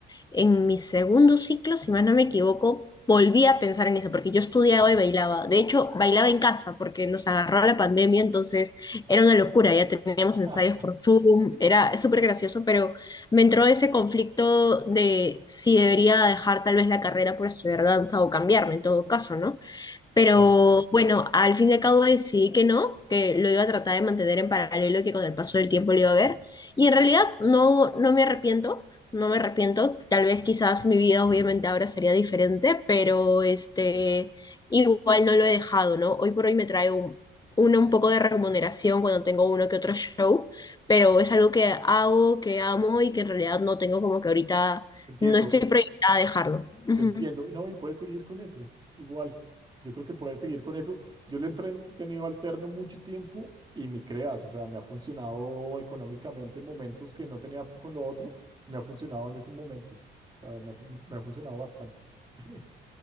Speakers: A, on the left; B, on the right.
A: en mi segundo ciclo, si más no me equivoco, volví a pensar en eso, porque yo estudiaba y bailaba. De hecho, bailaba en casa, porque nos agarró la pandemia, entonces era una locura, ya teníamos ensayos
B: Ah,
A: por Zoom, era súper gracioso, pero me entró ese conflicto de si debería dejar tal vez la carrera por estudiar danza o cambiarme en todo caso, ¿no? Pero
B: claro.
A: bueno, al fin y al cabo decidí que no, que lo iba a tratar de mantener en paralelo y que con el paso del tiempo lo iba a ver. Y en realidad no, no me arrepiento, no me arrepiento. Tal vez quizás mi vida obviamente ahora sería diferente, pero este, igual no lo he dejado, ¿no? Hoy por hoy me trae un, una un poco de remuneración cuando tengo uno que otro show, pero es algo que hago, que amo y que en realidad no tengo como que ahorita,
B: Te entiendo.
A: no estoy proyectada a dejarlo. Ujú.
B: Te entiendo. Y No, y puedes seguir con eso. Igual, yo creo que puedes seguir con eso. Yo lo he entren- tenido alterno mucho tiempo y ni creas, o sea, me ha funcionado económicamente en momentos que no tenía p- con lo otro, me ha funcionado en esos momentos. O sea, me ha, su- me ha funcionado bastante. <laughs>